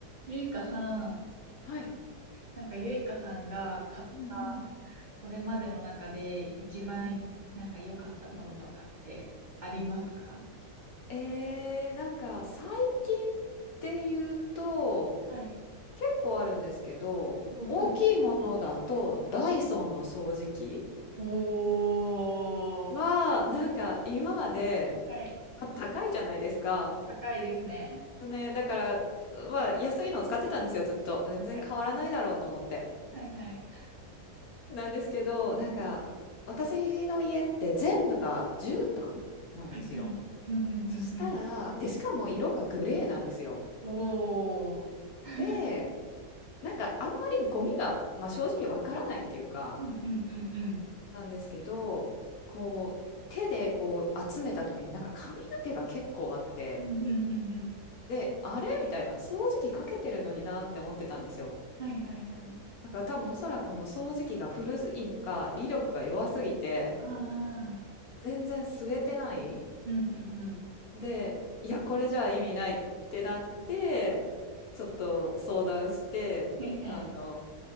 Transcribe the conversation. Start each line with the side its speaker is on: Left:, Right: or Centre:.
Right: ゆいかさん、
Left: はい。
Right: なんかゆいかさんが買った
Left: うんうん。
Right: これまでの中で一番なんか良かったものとかってありますか
Left: うん。えー、なんか最近っていうと
Right: はい。
Left: 結構あるんですけど大きいものだとダイソンの掃除機
Right: 5おー、
Left: はなんか今まで、
Right: はい。
Left: まあ、高いじゃないですか。
Right: 高いですね。
Left: ね、だからまあ安いのを使ってたんですよずっと全然変わらないだろうと思って
Right: はい。はいはい。
Left: なんですけどなんか私の家って全部が絨毯なんですよ
Right: はい。はいうんうんうんうん。
Left: そしたらでしかも色がグレーなんですよ
Right: おー。<laughs>
Left: でなんかあんまりゴミが、まあ、正直わからないっていうか
Right: うんうんうんうん。
Left: なんですけどこう手でこう集めた時になんか髪の毛が結構あって
Right: うんうんうんうん。
Left: であれみたいな掃除機かけてるのになって思ってたんですよ。
Right: はいはいはい。
Left: だから多分おそらくもう掃除機が古いのか威力が弱すぎて
Right: ああ。
Left: 全然吸えてない
Right: うんうんうん。
Left: でいやこれじゃ意味ないってなってちょっと相談してあの
Right: はいはい。